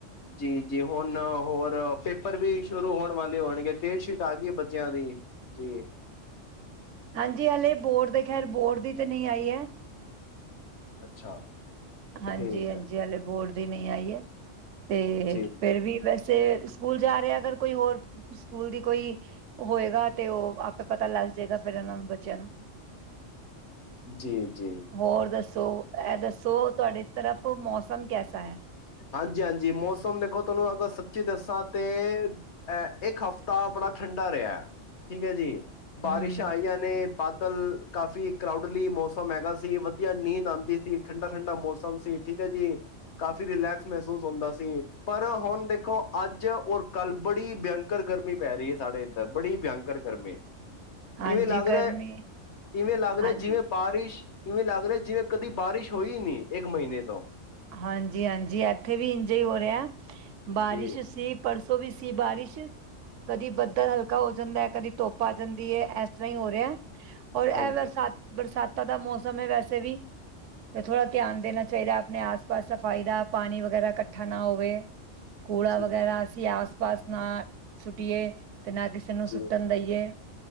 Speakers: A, on the left; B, on the right.
A: ਜੀ-ਜੀ ਹੁਨ ਹੋਰ ਪੇਪਰ ਵੀ ਸ਼ੁਰੂ ਹੋਣ ਵਾਲੇ ਹੋਣਗੇ, ਡੇਟਸ਼ੀਟ ਆ ਗੀ ਬੱਚਿਆਂ ਦੀ। ਜੀ।
B: ਹਾਂਜੀ ਹਾਲੇ ਬੋਡ ਦੇ ਖੈਰ, ਬੋਡ ਦੀ ਤੇ ਨਈ ਆਈ ਐ।
A: ਅੱਛਾ।
B: ਹਾਂਜੀ-ਹਾਂਜੀ,
A: ਠੀਕ ਹੈ
B: ਹਲੇ ਬੋਡ ਦੀ ਨਈ ਆਈ ਐ ਤੇ
A: ਜੀ
B: ਫਿਰ ਵੀ ਵੈਸੇ ਸਕੂਲ ਜਾ ਰਿਆ ਅਗਰ ਕੋਈ ਹੋਰ ਸਕੂਲ ਦੀ ਕੋਈ ਹੋਏਗਾ ਤੇ ਓ ਆਪੇ ਪਤਾ ਲੱਗ ਜਾਏਗਾ ਫੇਰ ਏਨਾਂ ਨੂੰ ਬੱਚਿਆਂ ਨੂੰ।
A: ਜੀ-ਜੀ।
B: ਹੋਰ ਦੱਸੋ, ਐ ਦੱਸੋ ਤੁਆਡੇ ਤਰਫ ਮੌਸਮ ਕੈਸਾ ਐ?
A: ਹਾਂਜੀ-ਹਾਂਜੀ ਮੌਸਮ ਦੇਖੋ ਤੁਆਨੂੰ ਅਗਰ ਸੱਚੀ ਦੱਸਾਂ ਤੇ ਅ ਇੱਕ ਹਫ਼ਤਾ ਬੜਾ ਠੰਡਾ ਰਿਆ, ਠੀਕ ਐ ਜੀ ਬਾਰਿਸ਼
B: ਹਮ
A: ਆਈ ਐ। ਨੇ ਬਾਦਲ ਕਾਫ਼ੀ ਕਰਾਊਡਲੀ ਮੌਸਮ ਹੈਗਾ ਸੀ, ਵਧੀਆ ਨੀਂਦ ਆਂਦੀ ਸੀ। ਠੰਡਾ-ਠੰਡਾ ਮੌਸਮ ਸੀ ਠੀਕ ਐ ਜੀ। ਕਿ ਰਿਲੈਕਸ ਮਹਿਸੂਸ ਹੁੰਦਾ ਸੀ ਪਰ ਹੁਨ ਦੇਖੋ ਅੱਜ ਔਰ ਕੱਲ ਬੜੀ ਭਿਅੰਕਰ ਗਰਮੀ ਪੈ ਰਹੀ ਐ ਸਾਡੇ ਏਧਰ ਬੜੀ ਭਯੰਕਰ ਗਰਮੀ।
B: ਹਾਂਜੀ
A: ਇਵੇਂ ਲੱਗ ਰਿਹਾ,
B: ਗਰਮੀ
A: ਇਵੇਂ ਲੱਗ ਰਿਹਾ
B: ਹਾਂਜੀ
A: ਜਿਵੇਂ ਬਾਰਿਸ਼ ਇਵੇਂ ਲੱਗ ਰਿਹਾ ਜਿਵੇਂ ਕਦੀ ਬਾਰਿਸ਼ ਹੋਈ ਨੀ ਇੱਕ ਮਹੀਨੇ ਤੋਂ।
B: ਹਾਂਜੀ-ਹਾਂਜੀ, ਏਥੇ ਵੀ ਇੰਜੇ ਹੋ ਰਿਹਾ ਬਾਰਿਸ਼
A: ਜੀ
B: ਸੀ ਪਰਸੋਂ ਵੀ ਸੀ ਬਾਰਿਸ਼। ਕਦੀ ਬੱਦਲ ਹਲਕਾ ਹੋ ਜਾਂਦਾ ਐ, ਕਦੀ ਧੁੱਪ ਆ ਜਾਂਦੀ ਐ, ਇਸ ਤਰ੍ਹਾਂ ਹੀ ਹੋ ਰਿਹਾ। ਔਰ
A: ਹਾਂਜੀ
B: ਐ ਵਰਸਾਤ ਬਰਸਾਤਾਂ ਦਾ ਮੌਸਮ ਹੈ ਵੈਸੇ ਵੀ ਤੇ ਥੋੜਾ ਧਿਆਨ ਦੇਨਾ ਚਾਈਦਾ ਅਪਨੇ ਆਸ ਪਾਸ ਸਫ਼ਾਈ ਦਾ, ਪਾਨੀ ਵਗ਼ੈਰਾ ਕੱਠਾ ਨਾ ਹੋਵੇ, ਕੂੜਾ
A: ਜੀ
B: ਵਗੈਰਾ ਅਸੀਂ ਆਸ ਪਾਸ ਨਾ ਸੁੱਟੀਏ ਤੇ ਨਾ ਕਿਸੇ ਨੂੰ
A: ਜੀ
B: ਸੁੱਟਣ ਦਈਏ।